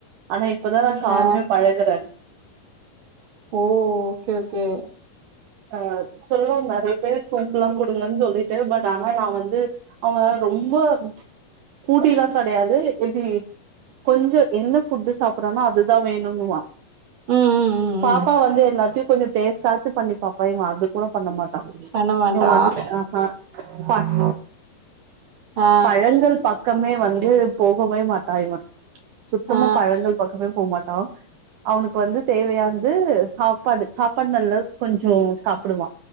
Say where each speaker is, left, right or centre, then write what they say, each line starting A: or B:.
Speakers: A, on the right; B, on the right.
A: ஆனா இப்பதா நா காரமே
B: ஆ
A: பழகுறேங்
B: ஓ ஓகே ஓகே
A: அ சொல்லுங் நறைய பேர் சோம்புலா குடுங்கன் சொல்லிட்டு பட் ஆனா நா வந்து அவ ரொம்ப ஃபூட்டிலா கடையாது எப்டி கொஞ்சோ என்ன ஃபுட்டு சாப்பற்றானோ அதுதா வேணுங்குவா
B: ம் ம் ம்
A: பாப்பா
B: ம்
A: வந்து எல்லாத்தையு கொஞ்சோ டேஸ்ட்டாச்சு பண்ணி பாப்பா இவ அது கூட பண்ண மாட்
B: பண்ண மாட்டா
A: இவ வந்து ஆஹா பாட்
B: ஆ
A: பழங்கள் பக்கமே வந்து போகவே மாட்டா இவ சுத்தமா
B: ஆ
A: பழங்கள் பக்கமே போ மாட்டா அவனுக்கு வந்து தேவையான்து சாப்பாடு சாப்பாடு நல்லா கொஞ்சோ சாப்புடுவா